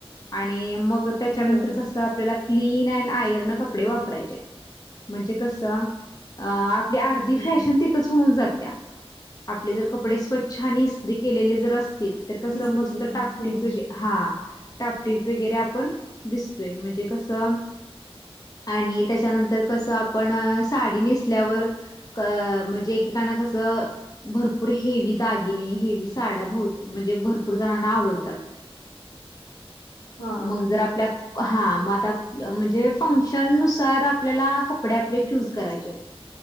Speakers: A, on the left; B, on the left.
A: आणि मग त्याच्यानंतर
B: होय
A: कसं आपल्याला क्लीन अँड आयर्न कपडे वापरायचेत म्हणजे कसं अह आपली आर्धी
B: हम्म
A: फॅशन तिथंच होऊन जात्या. आपले जर कपडे स्वच्छ आणि इस्त्री केलेले जर असतील. तर कसं
B: इस्त्री
A: मस्त
B: केल्या
A: टापटीप
B: हम्म
A: वेग हा टापटीप वगैरे आपण दिसतोय म्हणजे कसं आणि त्याच्यानंतर कसं आपण साडी नेसल्यावर क अ म्हणजे एकेकांना कसं भरपूर हेवी दागिने, हेवी साड्या भो म्हणजे भरपूर जणांना आवडतात.
B: हा
A: मगं जर आप हा मग आता म्हणजे फंक्शन नुसार आपल्याला कपडे आपले चूज करायचे आहेत.